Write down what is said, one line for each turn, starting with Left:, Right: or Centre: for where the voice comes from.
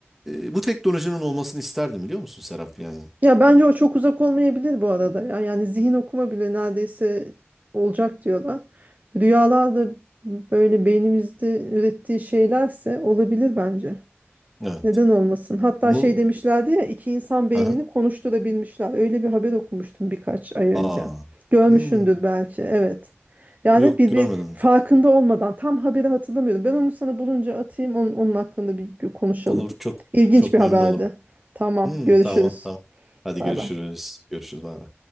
Centre: e, bu teknolojinin olmasını isterdim biliyor musun Serap yani?
Right: Ya bence o çok uzak olmayabilir bu arada. Ya, yani zihin okuma bile neredeyse olacak diyorlar. Rüyalar da böyle beynimizde ürettiği şeylerse olabilir bence.
Centre: Evet.
Right: Neden olmasın? Hatta
Centre: Bunu
Right: şey demişlerdi ya iki insan beynini
Centre: aha.
Right: konuşturabilmişler. Öyle bir haber okumuştum birkaç ay önce.
Centre: Aa.
Right: Görmüşsündür
Centre: Hmm,
Right: belki. Evet. Yani
Centre: yok
Right: bir,
Centre: görmedim.
Right: bir farkında olmadan tam haberi hatırlamıyorum. Ben onu sana bulunca atayım onun, onun hakkında bir konuşalım.
Centre: Olur çok
Right: İlginç
Centre: çok
Right: bir haberdi.
Centre: memnun olurum.
Right: Tamam,
Centre: Hmm,
Right: görüşürüz.
Centre: tamam tamam. Hadi
Right: Bay
Centre: görüşürüz.
Right: bay.
Centre: Görüşürüz bay bay.